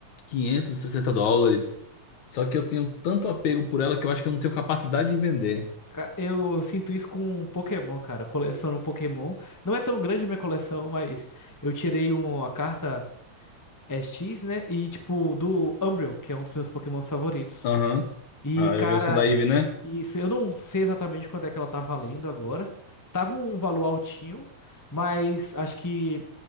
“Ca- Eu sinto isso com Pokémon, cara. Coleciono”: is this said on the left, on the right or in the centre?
Left